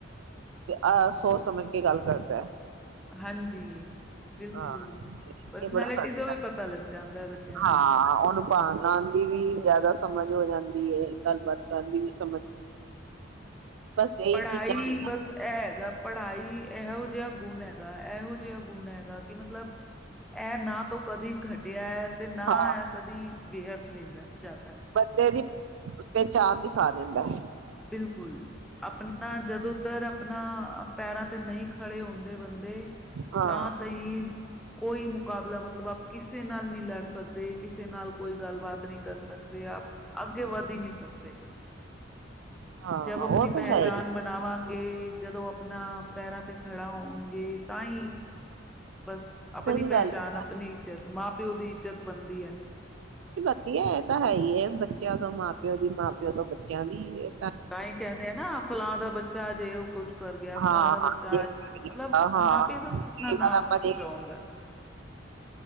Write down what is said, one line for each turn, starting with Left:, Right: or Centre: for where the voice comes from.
Right: ਆ ਰਹੀ। ਕੀ ਗੱਲ ਕਰਦਾ ਹੈ।
Centre: ਹਾਂਜੀ ਬਿਲਕੁਲ
Right: ਹਾਂ
Centre: ਪਰਸਨੈਲਿਟੀ
Right: ਇਹ ਬੜਾ ਕਰਦਾ,
Centre: ਤੋਂ ਵੀ ਪਤਾ ਲੱਗ ਜਾਂਦਾ ਹੈ ਬੱਚਿਆਂ ਦੀ
Right: ਹਾਂ ਉਹਨੂੰ ਭ ਲਉਣ ਦੀ ਵੀ ਜਿਆਦਾ ਸਮਝ ਹੋ ਜਾਂਦੀ ਕੀ ਏ ਗੱਲਬਾਤ ਕਰਨ ਦੀ ਵੀ ਸ ਇਹੀ
Centre: ਪੜ੍ਹਾਈ
Right: ਚੀਜ਼ਾਂ ਹੁੰਦੀਆਂ
Centre: ਬਸ ਇਹ ਹੈਗਾ। ਪੜ੍ਹਾਈ ਇਹੋ ਜਿਹਾ ਗੁਣ ਹੈਗਾ ਇਹੋ ਜਿਹਾ ਗੁਣ ਹੈਗਾ ਕਿ ਮਤਲਬ ਇਹ ਨਾ ਤੋਂ ਕਦੀ ਘਟਿਆ ਹੈ ਤੇ ਨਾ
Right: ਹਾਂ
Centre: ਇਹ ਕਦੀ ਵਿਅਰਥ ਵਹਿੰਦਾ ਜਾ
Right: ਬੰਦੇ ਦੀ ਪਹਿਚਾਣ ਦਿਖਾ ਦਿੰਦਾ ਹੈ।
Centre: ਬਿਲਕੁਲ, ਆਪਣਾ ਜਦੋਂ ਤਰ ਆਪਣਾ ਪੈਰਾਂ ਤੇ ਨਹੀਂ ਖੜੇ ਹੁੰਦੇ ਬੰਦ
Right: ਹਾਂ,
Centre: ਤਾਂ ਤਈ ਕੋਈ ਮੁਕਾਬਲਾ, ਮਤਲਬ ਆਪ ਕਿਸੇ ਨਾਲ ਨਹੀਂ ਲੜ ਸਕਦੇ। ਕਿਸੇ ਨਾਲ ਕੋਈ ਗੱਲਬਾਤ ਨਹੀਂ ਕਰ ਸਕਦੇ। ਆਪ ਅੱਗੇ ਵੱਧ ਹੀ ਨਹੀਂੀ ਸਕਦੇ।
Right: ਹਾਂ
Centre: ਜਬ ਆਪਣੀ
Right: ਉਹ
Centre: ਪਹਿਚਾਣ
Right: ਤਾਂ ਹੈ ਹੀ
Centre: ਬਣਾਵਾਂਗੇ। ਜਦੋਂ ਆਪਣਾ ਪੈਰਾਂ ਤੇ ਖੜਾ ਹੋਣਗੇ ਤਾਂ ਹੀ ਬਸ ਆਪਣੀ
Right: ਸਹੀ ਗੱਲ
Centre: ਪਹਿਚਾਣ
Right: ਏ
Centre: ਆਪਣੀ ਇੱਜ਼ਤ ਮਾਂ ਪਿਓ ਦੀ ਇੱਜਤ ਬਣਦੀ ਆ।
Right: ਧੀਏ, ਇਹ ਤਾਂ ਹੈ ਹੀ ਬੱਚਿਆਂ ਤੋਂ ਮਾਂ ਪਿਓ ਦੀ ਮਾਂ ਪਿਓ ਤੋਂ ਬੱਚਿਆਂ ਦੀ ਏ।
Centre: ਤਾਂਈ ਤੇ ਐਂਦੇ ਆ ਨਾ ਫਲਾਂ ਦਾ ਬੱਚ ਚਾਅ ਚ ਇਹੋ ਕੁਛ ਕਰ ਗਿਆ ਫਲਾਂ
Right: ਹਾਂ
Centre: ਦਾ ਬੱਚਾ
Right: ਜੇ
Centre: ਅੱਜ, ਮਤਲਬ
Right: ਹਾਂ
Centre: ਮਾਂ ਪਿਔ ਦਾ ਕਿਤਨਾ
Right: ਕਈ
Centre: ਨਾਂ
Right: ਵਾਰ ਆਪਾਂ
Centre: ਉੱਚਾ ਹੁੰਦੈ।